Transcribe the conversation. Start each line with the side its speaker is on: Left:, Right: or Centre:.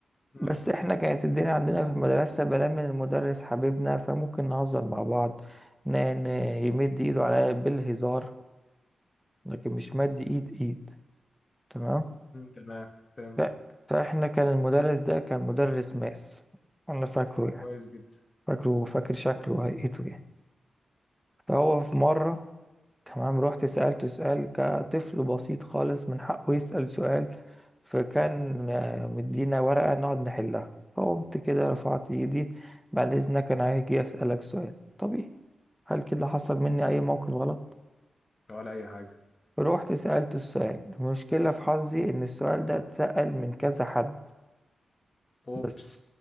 Left: امم
Centre: بس احنا كانت الدنيا عندنا في المدرسة بلا من المدرس حبيبنا فممكن نهزر مع بعض ن- ن- يمد ايده عليا بالهزار لكن مش مد ايد ايد تمام
Left: تمام فهمت
Centre: ف- فاحنا كان المدرس ده كان مدرس ماس انا فاكره يعني
Left: كويس جدا
Centre: فاكره فاكر شكله وهيئته يعني فهو في مرة تمام رحت سألته سؤال كطفل بسيط خالص من حقه يسأل سؤال فكان آه، مدينا ورقة نقعد نحلها فقمت كده رفعت ايدي بعد اذنك انا هاجي اسألك سؤال طبيعي هل كده حصل مني اي موقف غلط
Left: ولا اي حاجه
Centre: رحت سألته السؤال المشكلة في حظي ان السؤال ده اتسأل من كذا حد
Left: اوبس
Centre: بس